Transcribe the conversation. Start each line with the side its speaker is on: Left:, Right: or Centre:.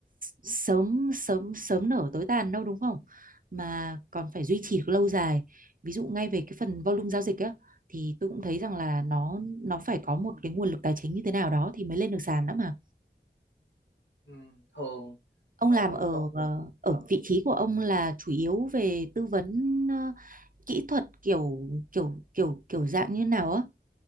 Right: sớm sớm sớm nở tối tàn đâu đúng không mà còn phải duy trì được lâu dài ví dụ ngay về cái phần volume giao dịch á thì tôi cũng thấy rằng là nó nó phải có một cái nguồn lực tài chính như thế nào đó thì mới lên được sàn đó mà
Left: Ừm, thường
Right: ông
Left: ờ,
Right: làm ở
Left: công,
Right: ờ, ở vị trí của ông là chủ yếu về tư vấn kỹ thuật kiểu kiểu kiểu kiểu dạng như nào á